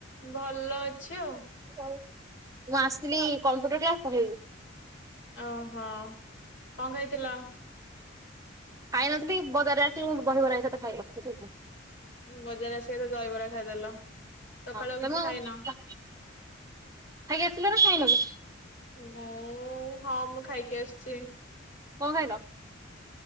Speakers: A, on the left (about 60°); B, on the right (about 15°).
A: ଭଲ ଅଛି ଆଉ।
B: ମୁଁ ଆସିଥିଲି କମ୍ପ୍ୟୁଟର କ୍ଲାସ୍ <unintelligible>
A: ଓହୋ, କଣ ଖାଇଥିଲ?
B: ଖାଇନଥିଲି, ବଜାରରେ ଆସି ମୁଁ ଦହିବରା ଏକାଥେରେ ଖାଇଲି।
A: ବଜାରରେ ଆସି ଏକାଥେରେ ଦହିବରା ଖାଇଦେଲ। ସକାଳୁ
B: ତମେ
A: କିଛି
B: କଣ
A: ଖାଇନ?
B: ଖାଇକି ଆସିଲ ନା ଖାଇନ କିଛି?
A: ମୁଁ ହଁ ମୁଁ ଖାଇକି ଆସ୍ଚି।
B: କଣ ଖାଇଲ?